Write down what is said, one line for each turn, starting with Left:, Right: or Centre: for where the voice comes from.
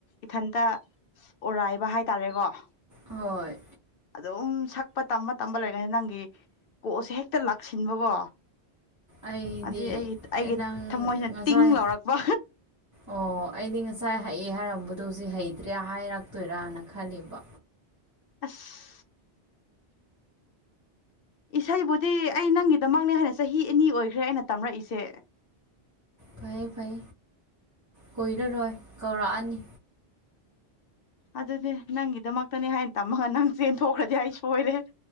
Left: ꯏꯊꯟꯇ ꯑꯣꯔꯥꯏꯕ ꯍꯥꯏꯇꯥꯔꯦꯀꯣ
Right: ꯍꯣꯏ
Left: ꯑꯗꯨꯝ ꯁꯛꯄ ꯇꯝꯕ ꯇꯝꯕ ꯂꯩꯒꯗꯤ ꯅꯪꯒꯤ ꯀꯣꯜꯁꯦ ꯍꯦꯛꯇ ꯂꯥꯛꯁꯤꯟꯕꯀꯣ
Right: ꯑꯩꯗꯤ
Left: ꯑꯗꯨꯗꯤ ꯑꯩꯒꯤ ꯑꯩꯒꯤ
Right: ꯅꯪ
Left: ꯊꯃꯣꯏꯁꯤꯅ
Right: ꯉꯁꯥꯏ
Left: ꯇꯤꯡ ꯂꯥꯎꯔꯛꯄ
Right: ꯑꯣ ꯑꯩꯗꯤ ꯉꯁꯥꯏ ꯍꯩ ꯍꯥꯏꯔꯝꯕꯗꯣ ꯍꯧꯖꯤꯛ ꯍꯩꯇ꯭ꯔꯦ ꯍꯥꯏꯔꯛꯇꯣꯏꯔꯥꯅ ꯈꯜꯂꯤꯕ
Left: ꯑꯁ ꯏꯁꯩꯕꯨꯗꯤ ꯑꯩ ꯅꯪꯒꯤꯗꯃꯛꯅꯦ ꯍꯥꯏꯅ ꯆꯍꯤ ꯑꯅꯤ ꯑꯣꯏꯈ꯭ꯔꯦ ꯑꯩꯅ ꯇꯝꯔꯛꯏꯁꯦ
Right: ꯐꯩꯌꯦ ꯐꯩ ꯀꯨꯏ ꯔꯔꯣꯏ ꯀꯧꯔꯛꯑꯅꯤ
Left: ꯑꯗꯨꯅꯦ ꯅꯪꯒꯤꯗꯃꯛꯇꯅꯦ ꯍꯥꯏꯅ ꯇꯝꯃꯒ ꯅꯪ ꯆꯦꯟꯊꯣꯛꯈ꯭ꯔꯗꯤ ꯑꯩ ꯁꯣꯏꯔꯦ